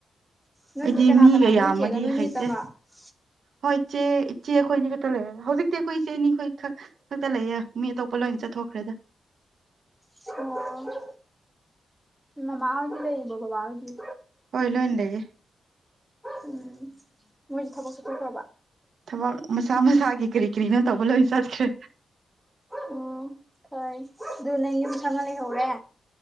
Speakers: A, in the centre; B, on the right (about 55°).
A: ꯅꯣꯏꯗꯤ
B: ꯑꯩꯗꯤ
A: ꯀꯅꯥ
B: ꯃꯤꯒ
A: ꯀꯅꯥ ꯅꯣꯏ
B: ꯌꯥꯝꯃꯗꯤ
A: ꯆꯦꯒ ꯅꯣꯏꯅꯤ
B: ꯍꯩꯇꯦ
A: ꯈꯛꯇꯪꯂꯣ
B: ꯍꯣꯏ ꯏꯆꯦ ꯏꯆꯦ ꯑꯩꯈꯣꯏꯅꯤ ꯈꯛꯇ ꯂꯩꯔꯦ ꯍꯧꯖꯤꯛꯇꯤ ꯑꯩꯈꯣꯏ ꯏꯆꯦꯅꯤꯈꯣꯏ ꯈꯛꯇ ꯂꯩꯌꯦ ꯃꯤ ꯑꯇꯣꯞꯄ ꯂꯣꯏꯅ ꯆꯠꯊꯣꯛꯈ꯭ꯔꯦꯗ
A: ꯁꯦꯁ ꯃꯥꯥꯃꯥꯍꯣꯏ ꯁꯨ ꯂꯩꯔꯤꯕꯣ ꯕꯥꯕꯥ ꯍꯣꯏꯁꯨ
B: ꯍꯣꯏ ꯂꯣꯏ ꯂꯩꯔꯤ
A: ꯎꯝ ꯃꯣꯏ ꯊꯕꯛ ꯆꯠ ꯊꯣꯛꯈꯔꯕ
B: ꯊꯕꯛ ꯃꯁꯥ ꯃꯁꯥꯒꯤ ꯀꯔꯤ ꯀꯔꯤꯅꯣ ꯇꯧꯕ ꯂꯣꯏ ꯆꯠꯈ꯭ꯔꯦ
A: ꯑꯣ ꯍꯣꯏ ꯑꯗꯨ ꯅꯪ ꯌꯨꯝ ꯁꯪꯅ ꯂꯩꯍꯧꯔꯦ